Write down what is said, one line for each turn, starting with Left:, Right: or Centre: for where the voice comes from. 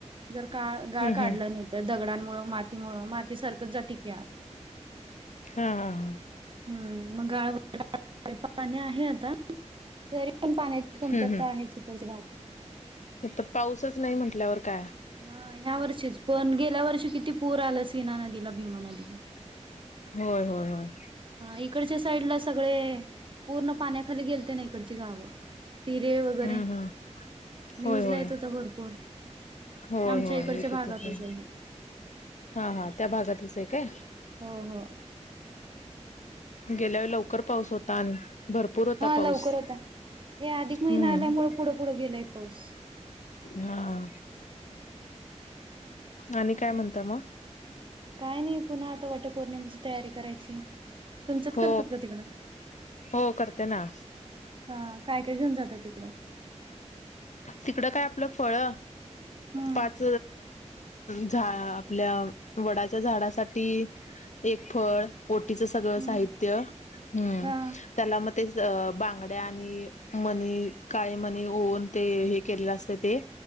Right: जर का गाळ
Left: हम्म
Right: काढलं
Left: हम्म
Right: नाही तर दगडांमुळेळं मातीमुळ माती सारखंच जाती की आत
Left: हा हा हा
Right: हम मंगाळडा पाणी आहे आता पोगॉव, तरी पण पाण्याची कमतरता
Left: हम्म
Right: आहे इकडचे भाग
Left: तर पाऊसच नाही म्हटल्यावर काय.
Right: हा ह्या वर्षीच पण गेल्या वर्षी किती पूर आला सीना नदीला भीमा नदीला.
Left: होय होय होय.
Right: हा इकडच्या साईड ला सगळे पूर्ण पाण्याखाली गेलते ना इकडची गावं. तिरे वगैरे
Left: हम्म हम्म
Right: न्यूज
Left: होय होय
Right: ला येत होता भरपूर.
Left: होय
Right: आमच्या
Left: होय
Right: इकडच्या
Left: येत
Right: भागातच
Left: होते ते
Right: आहे.
Left: हा हा त्या भागातीलच आहे काय?
Right: हम हा.
Left: गेल्या वे लवकर पाऊस होता आणि भरपूर होता
Right: हा
Left: पाऊस.
Right: लवकर होता. हे अधिक महिना
Left: हम्म
Right: आल्यामु पुढं पुढं गेलाय पाऊस.
Left: हा आणि काय म्हणता मग?
Right: काय नाही पुन्हा आता वटपौर्णिमेची तयारी करायची. तुमच्यात
Left: हो
Right: करतात का तिकडं.
Left: हो करते ना
Right: हा काय काय घेऊन जातं तिकडं.
Left: तिकडं काय आपलं फळ
Right: हम्म.
Left: पाच झा आपल्या वडाच्या झाडासाठी एक फळ ओटीच सगळं
Right: हम्म
Left: साहित्य, हम्म
Right: हा
Left: त्याला ते बांगड्या आणि मनी काळे मणी ओऊन ते हे केलेलं असते ते.